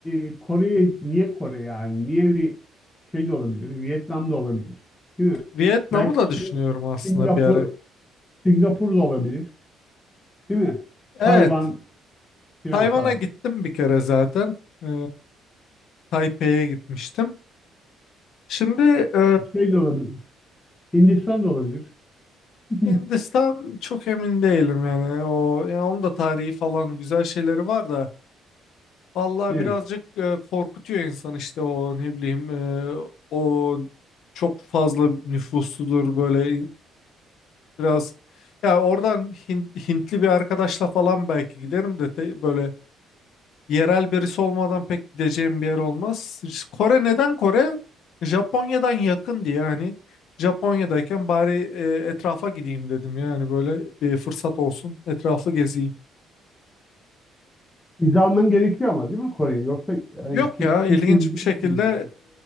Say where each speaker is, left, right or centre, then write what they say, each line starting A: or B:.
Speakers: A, on the left (about 15°); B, on the left (about 65°).
A: e, Kore'ye, niye Kore yani? Niye bir şey de olabilir, Vietnam da olabilir, değil mi?
B: Vietnam'ı
A: Belki
B: da düşünüyorum
A: Sin-
B: aslında
A: Singapur,
B: bir ara.
A: Singapur da olabilir, değil mi? Tayvan
B: Evet
A: falan
B: Tayvan'a
A: falan.
B: gittim bir kere zaten Ee, Taipei'ye gitmiştim. Şimdi e,
A: Şey de olabilir. Hindistan da olabilir. <laughs>
B: Hindistan çok emin değilim yani o yani onun da tarihi falan güzel şeyleri var da. Vallahi
A: Evet.
B: birazcık e, korkutuyor insan işte o ne bileyim e, o çok fazla nüfusludur böyle in- biraz ya oradan Hin- Hintli bir arkadaşla falan belki giderim de te- böyle yerel birisi olmadan pek gideceğim bir yer olmaz. İşte Kore neden Kore? Japonya'dan yakın diye hani Japonya'dayken bari e, etrafa gideyim dedim yani böyle bir fırsat olsun etrafı gezeyim.
A: Vize alman gerekiyor ama değil mi Kore'ye? Yoksa yani,
B: Yok
A: Tür-
B: ya
A: Türkiye
B: ilginç
A: vizesi
B: bir şekilde
A: mi gidiyor?